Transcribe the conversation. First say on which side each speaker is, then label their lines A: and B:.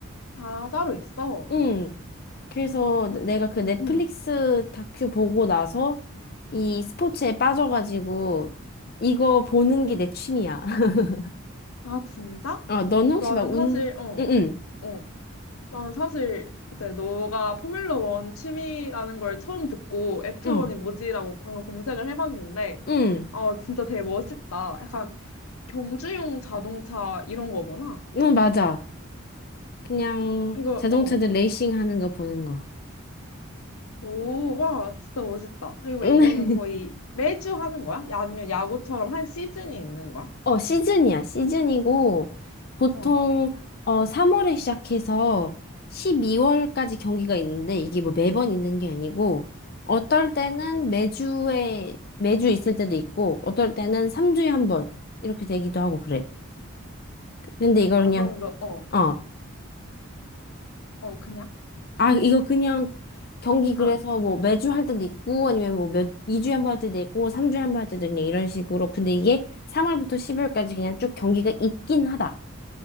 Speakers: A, on the left; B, on the left.
A: 아, 따로 있어.
B: 응. 그래서
A: 음,
B: 내가
A: 어,
B: 그
A: 음,
B: 넷플릭스
A: 음.
B: 다큐 보고 나서 이 스포츠에 빠져가지고 이거 보는 게 내 취미야. <laughs>
A: 아, 진짜?
B: 어, 너는 혹시
A: 나는
B: 막 운,
A: 사실, 어,
B: 응,
A: 어, 난 사실 이제 너가 포뮬러 원 취미라는 걸 처음 듣고 F1이
B: 응, 어,
A: 뭐지라고 방금 검색을 해봤는데,
B: 응,
A: 어, 진짜 되게 멋있다. 약간 경주용 자동차 이런 거구나.
B: 응, 맞아. 그냥
A: 이거,
B: 자동차들
A: 어.
B: 레이싱 하는 거 보는 거.
A: 오, 와, 진짜 멋있다. 그리고
B: <laughs>
A: 이거는 거의 매주 하는 거야? 야, 아니면 야구처럼 한 시즌이 있는 거야?
B: 어, 시즌이야. 시즌이고, 보통,
A: 어.
B: 어, 3월에 시작해서 12월까지 경기가 있는데, 이게 뭐 매번 있는 게 아니고, 어떨 때는 매주에, 매주 있을 때도 있고, 어떨 때는 3주에 한 번, 이렇게 되기도 하고 그래. 근데 이걸
A: 아,
B: 그냥,
A: 그럼 너, 어,
B: 어,
A: 어, 그냥?
B: 아, 이거 그냥 경기 그래서
A: 아,
B: 뭐 매주 할 때도 있고, 아니면 뭐 몇, 2주에 한 번 할 때도 있고, 3주에 한 번 할 때도 있냐, 이런 식으로. 근데 이게 3월부터 12월까지 그냥 쭉 경기가 있긴 하다.